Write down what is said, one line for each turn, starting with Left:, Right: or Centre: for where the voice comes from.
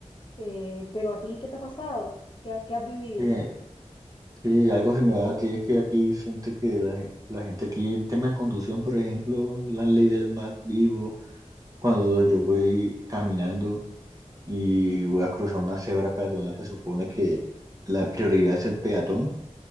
Left: eh, pero a ti, ¿qué te ha pasado? ¿Qué, ha- qué has vivido?
Right: Sí, sí, algo similar a ti es que aquí siente que la, gen- la gente aquí, el tema de conducción, por ejemplo, la ley del más vivo, cuando yo voy caminando. y voy a cruzar una cebra peatonal, se supone que la prioridad es el peatón